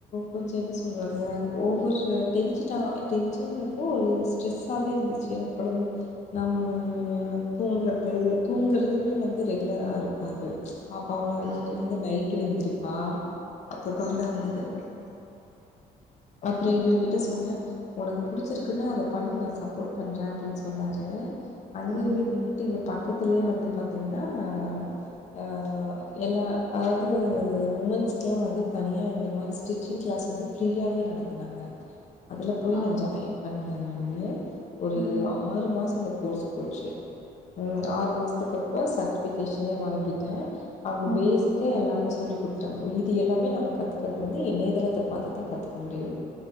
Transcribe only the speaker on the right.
ஆ
ஆ
ம்
ஆ
ம்
ம்